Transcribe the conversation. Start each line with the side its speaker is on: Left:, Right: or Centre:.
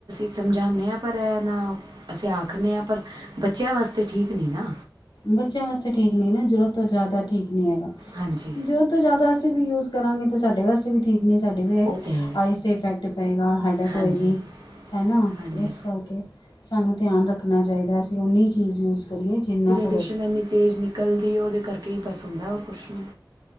Right: ਸਮਝਾਨੇ ਆਂ ਪਰ ਐ ਨਾ, ਅਸੀਂ ਆਖਨੇ ਆਂ ਪਰ, ਬੱਚਿਆਂ ਵਾਸਤੇ ਠੀਕ ਨੀਂ ਨਾ।
Left: ਬੱਚਿਆਂ ਵਾਸਤੇ ਠੀਕ ਨ‌ਈ ਨਾ, ਜ਼ਰੂਰਤ ਤੋਂ ਜ਼ਿਆਦਾ ਠੀਕ ਨਹੀਂ ਹੈਗਾ।
Right: ਹਾਂਜੀ
Left: ਜਰੂ ਰੂਤ ਤੋਂ ਜ਼ਿਆਦਾ ਅਸੀਂ ਵੀ ਯੂਜ ਕਰਾਂਗੇ ਤੇ ਸਾਡੇ ਵਾਸਤੇ ਵੀ ਠੀਕ ਕਿਨੀ ਸਾਡੀ ਵੀ ਏ,
Right: ਉਹ ਤੇ ਹੈ
Left: ਆਈਜ਼ 'ਤੇ ਇਫੈਕਟ ਪਏਗਾ, ਹਾਰਡੈਕ
Right: ਹਾਂਜੀ
Left: ਹੋਏਗੀ, ਹੈ ਨਾ।
Right: ਹਾਂਜੀ
Left: ਇਸ ਕਰਕੇ, ਸਾਨੂੰ ਧਿਆਨ ਰੱਖਣਾ ਚਾਹੀਦੈ, ਅਸੀਂ ਉਨੀ ਚੀਜ਼ ਯੂਜ਼ ਕਰੀਏ ਜਿੰਨਾ ਸਾ
Right: ਡੀਸ਼ਨ ਇੰਨੀ ਤੇਜ਼ ਨਿਕਲਦੀ, ਉਹਦੇ ਕਰਕੇ ਹੀ ਬਸ ਹੁੰਦਾ, ਹੋਰ ਕੁਛ ਨਹੀਂ।